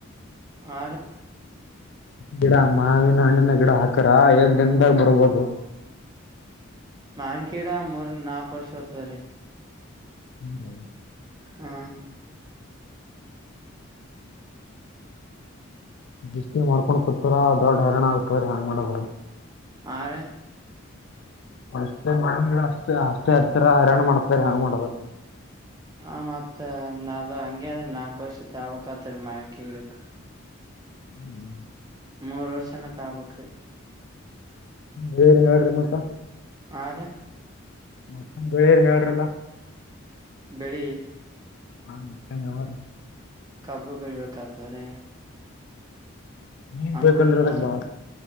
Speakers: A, on the right; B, on the left.
A: ಆ
B: ಗಿಡ ಮಾವಿನ ಹಣ್ಣಿನ ಗಿಡ ಹಾಕರ ಎದ ದಿನದಾಗ ಬರ್ಬೋದು
A: ಮಾವನ್ ಗಿಡ ಮೂರ್ ನಾಲ್ಕು ವರ್ಷ ಹತದ್ರೀ
B: ಹ್ಮ್ ಹೌ
A: ಹ್ಮ
B: ದಷ್ಟ ಮಾಡ್ಕೊಂಡು ಕುೂತರ ದೊಡ್ಡ ಹೈರಾಣ ಆಗ್ತವ್ರ ಹೆಂಗ ಮಾಡದು
A: ಹ ರ
B: ಅಷ್ಟೇ ಮಾಡ-ಡ ಆಷ್ಟ ಎತ್ರ ಆರಣ ಮಾಡತ್ರರಾಗ ಮಾಡವ
A: ಹ ಮತ್ ಅದು ಹಂಗಗೆ ಅದ್ರ ನಾಲ್ಕು ವರ್ಷ ತಬಕ್ತರಿ ಮ್ಯಾಂಕ-ಕ್
B: ಹ್ಮ್್ಮ
A: ಮೂರ್ ವರ್ಷನ ತ ಆಬಕ್್ರಿ
B: ಬೇರೆ ಹೇಳಡ್ರಿ ಮತ್ತ
A: ಹಾಗ
B: ಮತ್ತ ಬೆಳೆಯರ್ ಹೇಳ್ರಲ್ಲ
A: ಬೆಳಿ
B: ಹಾ ಮತ್ತೆನ್ವರು
A: ಕಬ್ಬು ಬೆಳ್ಬೇಕತಾರೆ
B: ನೀರ್
A: ಅಂಗೂರನು
B: ಬೇಕಲ್ರಿ ಅದಕ್ ಬಾಳ